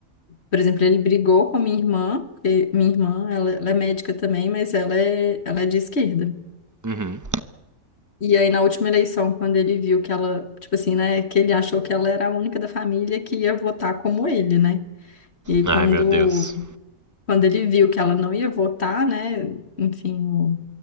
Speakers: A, on the left; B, on the right.
A: Por exemplo, ele brigou com a minha irmã, porque minha irmã, ela, ela é médica também, mas ela é, ela é de esquerda.
B: Uhum.
A: E aí, na última eleição, quando ele viu que ela, tipo assim, né, que ele achou que ela era a única da família que ia votar como ele, né? E aí, quando
B: Ai, meu Deus.
A: Quando ele viu que ela não ia votar, né? Enfim, o,